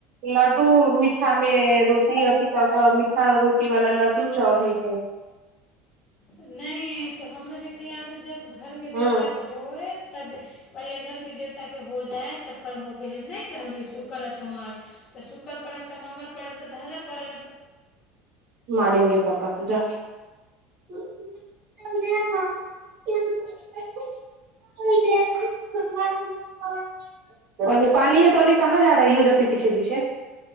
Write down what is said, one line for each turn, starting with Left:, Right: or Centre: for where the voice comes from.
Right: लड्डू मीठा मे रोटी अथी कऽ कऽ मीठा रोटी वाला लड्डू चढ़े हे।
Left: नहि तऽ हमरोके यार जब घरके
Right: हँ
Left: देवताके हो तब पहिले घर के देवता के हो जाय तऽ कल हो के नहि कहलिय शुक्र आ सोमवार तऽ शुक्र पड़त तऽ मंगल पड़त तऽ धजय पड़त
Right: मारेंगे पाप्प कोजउ <unintelligible> <unintelligible> ओन्ने पानी ह तो ओन्ने कहाँ जा रहा ह हो जेतै पीछे पीछे